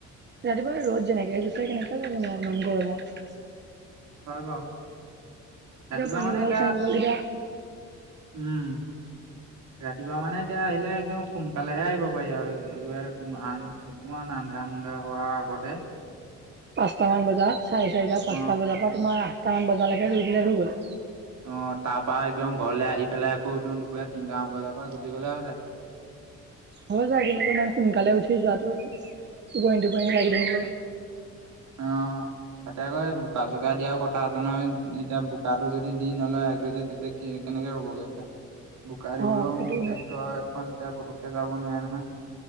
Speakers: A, on the right; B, on the right.
A: ৰাতিপুৱা ৰ'দ যেনেকেহে দিছে কেনেকে যাবনো ইমান গৰমত?
B: হয় বাৰু।
A: এতিয়া
B: ৰাতিপুৱা
A: পানী
B: মানে
A: বটল
B: এতিয়া,
A: চানী বটল কেইটা
B: উম- ৰাতিপুৱা মানে এতিয়া আহিলে একদম সোনকালেহে আহিব পাৰি আৰু। একবাৰে আন অকমান আন্ধাৰ মুন্ধাৰ হোৱাৰ আগতে
A: পাঁচটামান বাজাত চাৰে চাৰিটা পাঁচটা
B: অ'
A: বজাৰ পৰা তোমাৰ আঠটামান বজালৈকে ৰুই দিলে হৈ গ'ল।
B: অ' তাৰ পৰা একদম ঘৰলে আহি পেলাই আকৌ একদম দুপৰীয়া তিনটামান বজাৰ পৰা গুচি গ'লে হৈ যায়।
A: হ'ব যা, কিন্তু ইমান সোনকালে উঠি যোৱাটো টোপনি টোপনি লাগি থাকিব।
B: অ'। তাতে আকৌ বোকা চোকা দিয়াৰ কথা আছে নহয়, এতিয়া বোকা যদি দি নলয় এক দুইতে তেতিয়া কি কেনেকে ৰু'বগে এতিয়া। বোকা দিবলৈও
A: অ সেইটো
B: ট্ৰেক্টৰ
A: হয়
B: এখন এতিয়া পুতুকে যাব নোৱাৰে নহয়।